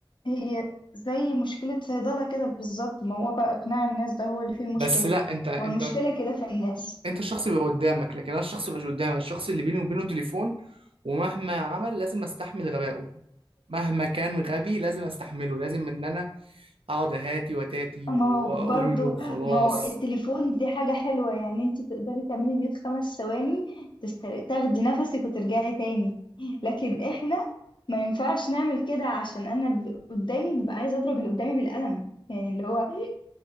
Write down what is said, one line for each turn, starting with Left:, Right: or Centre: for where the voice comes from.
Left: هي زي مشكلة صيدلة كده بالظبط ما هو بقى إقناع الناس ده هو اللي فيه المشكلة
Right: بس لا انت انت
Left: هو المشكلة كده في الناس
Right: انت الشخص اللي قدامك لكن انا الشخص اللي مش قدامك الشخص اللي بيني وبينه تليفون ومهما عمل لازم استحمل غبائه مهما كان غبي لازم استحمله لازم ان انا اقعد اهاتي وتاتي
Left: ما
Right: واقول
Left: هو برضو
Right: له خلاص
Left: ما هو التليفون دي حاجة حلوة يعني انت تقدري تعملي ميوت خمس ثواني تستر... تاخدي نفسك وترجعي تاني لكن احنا ما ينفعش نعمل كده عشان انا ب- قدامي ببقى عايزة اضرب اللي قدامي بالقلم يعني اللي هو